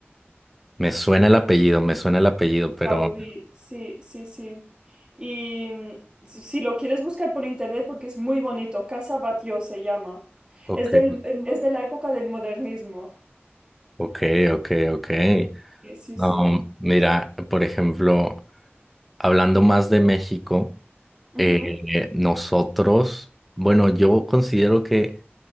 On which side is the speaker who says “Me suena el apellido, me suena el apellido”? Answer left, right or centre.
Centre